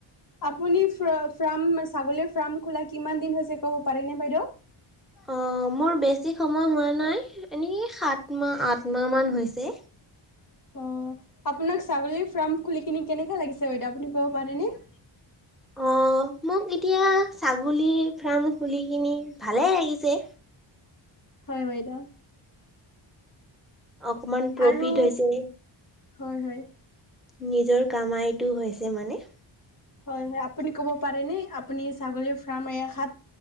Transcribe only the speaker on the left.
আপুনি ফ্ৰা ফ্ৰাম আচ ছাগলীৰ ফ্ৰাম খোলা কিমান দিন হৈছে ক'ব পাৰিনে বাইদেউ?
হয়। অ আপোনাক ছাগলী ফাৰ্ম খুলি কিনি কেনেকে লাগিছে বাইদেউ আপুনি ক'ব পাৰেনে। <inaudible>
হয় বাইদেউ।
আৰু
হয় হয়
হয় হয় আপুনি কব পাৰে নে আপুনি ছাগলী ফাৰ্ম এসাত